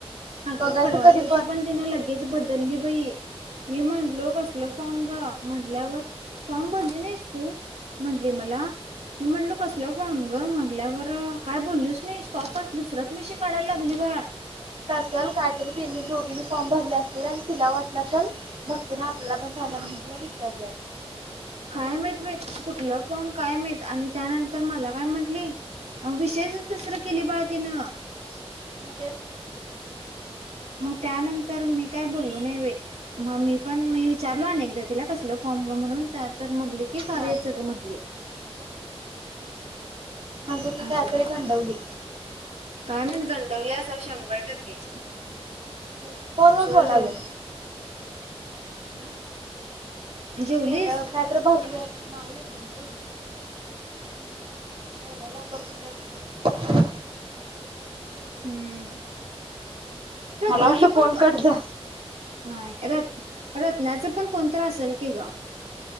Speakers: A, on the right; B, on the right.
A: अगं
B: बघायचं
A: परवा
B: कधी
A: द दिवशी पण तिने लगेच बदलली बई मी म्हटलो कसल फॉर्म ग म्हटल्यावर फॉर्म भरले नाहीस तू म्हटली मला मी म्हंटलो कसल फॉर्म ग म्हटल्यावर काय बोललच नाही स्टॉपच दुसराच विषय काढायला लागज बा
B: च काहीतरी त्यांनी दोघीनी फॉर्म भरले असतील आणि तिला वाटलं तरल भघते ना आपल्याला पण झालं म्हणून तुला विचारले अस
A: कायमेत कुठलं फॉर्म कायम येत आणि त्यानंतर मला काय म्हंटले विषय तसरं केली बाळ तिनं
B: म
A: मग त्यानंतर मी काय बलो नाही मग मी पण मी विचारल अकदा तिला कस फॉर्मरून तर म्हटली कि कार्यच
B: नाही
A: म्हटली
B: माझी ती
A: असं
B: कायत्री खंडवली
A: काय म्ह जंडवले असाल शंभर टक्के
B: कोण ब
A: सोड
B: बोलाले
A: जाऊन
B: म
A: जेवलीस?
B: खट काय तर भरले नाही बक एवढा लवकर कुठे आ
A: हम्म रत्नाचं
B: मला वाटलं फोन
A: पण
B: कट झा
A: नाही रत् रत्नाचं पण कोणत असेल की ग